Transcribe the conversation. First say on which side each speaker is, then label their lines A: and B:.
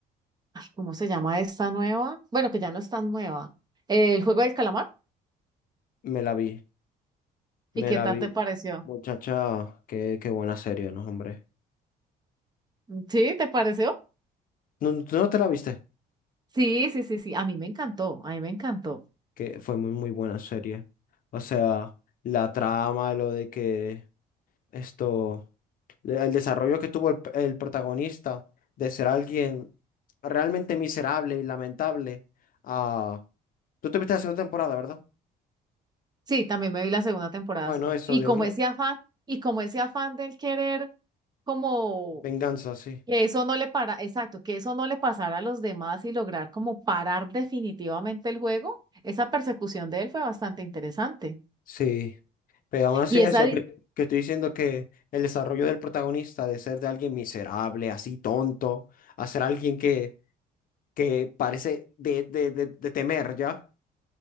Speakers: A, on the right; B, on the left.
A: ay, ¿cómo se llama esta nueva? Bueno, que ya no es tan nueva. El juego del calamar.
B: Me la vi, me
A: ¿Y qué
B: la
A: tal
B: vi.
A: te pareció?
B: Muchacha, qué, qué buena serie, ¿no, hombre?
A: ¿Sí? ¿Te pareció?
B: ¿No, tú no te la viste?
A: Sí, sí, sí, sí. A mí me encantó, a mí me encantó.
B: Que fue muy, muy buena serie. O sea, la trama, lo de que esto, le- el desarrollo que tuvo el, el protagonista de ser alguien realmente miserable y lamentable a... Tú te viste la segunda temporada, ¿verdad?
A: Sí, también me vi la segunda temporada,
B: Bueno,
A: sí.
B: eso
A: Y
B: de
A: como
B: una
A: ese afán, y como ese afán del querer, como
B: venganza, sí.
A: que eso no le para, exacto, que eso no le pasara a los demás y lograr como parar definitivamente el juego, esa persecución de él fue bastante interesante.
B: Sí. Pero aún así
A: Y
B: eso
A: esa, di-
B: que, que estoy diciendo que el desarrollo del protagonista de ser de alguien miserable, así tonto, a ser alguien que, que parece de, de, de, de temer ya,